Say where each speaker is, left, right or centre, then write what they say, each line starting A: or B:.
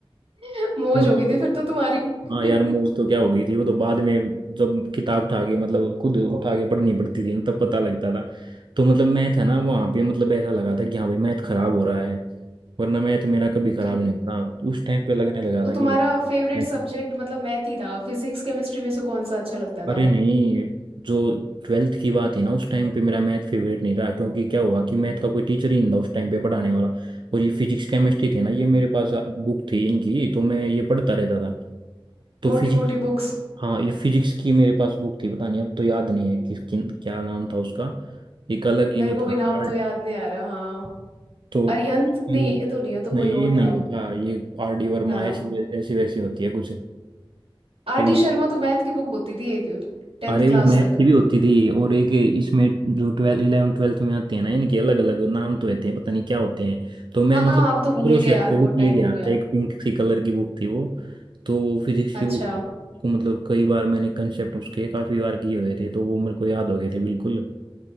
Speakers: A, on the right; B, on the right.
A: <laughs> मौज
B: मतलब
A: हो गई थी फिर तो तुम्हारी <laughs>
B: हाँ यार मूव तो क्या हो गई थी वो तो बाद में जब किताब उठा के मतलब खुद उठा के पढ़नी पड़ती थी ना तब पता लगता था तो मतलब मैथ है ना वहाँ पे मतलब ऐसा लगा था कि हाँ भाई मैथ खराब हो रहा है वरना मैथ मेरा कभी खराब
A: ठीक
B: नहीं होता तो उस टाइम पे लगने लगा
A: तो
B: था
A: तुम्हारा
B: कि भाई
A: फेवरेट
B: मैथ
A: सब्जेक्ट मतलब मैथ ही था फिजिक्स केमिस्ट्री में से कौन सा अच्छा लगता था
B: अरे नहीं जो ट्वेल्थ की बात है ना उस टाइम पे मेरा मैथ फेवरेट नहीं रहा क्योंकि क्या हुआ कि मैथ का कोई टीचर ही नहीं था उस टाइम पे पढ़ाने वाला और ये फिजिक्स केमिस्ट्री थे ना ये मेरे पास बुक थी इनकी तो मैं ये पढ़ता रहता था तो
A: मोटी
B: फिजिक्स
A: मोटी बुक्स
B: हाँ ये फिजिक्स की मेरे पास बुक थी पता नहीं अब तो याद नहीं है किस किन क्या नाम था उसका एक अलग ही
A: मेरे
B: वो
A: को भी
B: था
A: नाम
B: आर
A: तो याद नहीं आ रहा हाँ
B: तो
A: अरिहंत नहीं
B: यू
A: ये तो नहीं हो तो कोई
B: नहीं ये
A: और
B: नहीं
A: था
B: होता ये आर डी वर्मा
A: हाँ।
B: ऐसी ऐसी वैसी होती है कुछ
A: आर
B: तो मतलब
A: डी शर्मा तो मैथ की बुक होती थी एक टेंथ
B: अरे
A: क्लास
B: वो मैथ
A: तक
B: की भी होती थी और एक इसमें जो ट्वेल्थ इलेवन ट्वेल्थ में आते हैं ना इनके अलग अलग नाम तो होते हैं पता नहीं क्या होते हैं तो मैं
A: हाँ
B: मतलब
A: हाँ अब तो भूल
B: दूसरों
A: गए
B: से
A: यार
B: हटके
A: बहुत
B: बुक
A: टाइम
B: लेके आया
A: हो गया
B: था एक पिंक सी कलर की बुक थी वो तो वो फिजिक्स
A: अच्छा
B: की बुक को मतलब कई बार मैंने कंसेप्ट उसके काफी बार किए हुए थे तो वो मेरे को याद हो गए थे बिल्कुल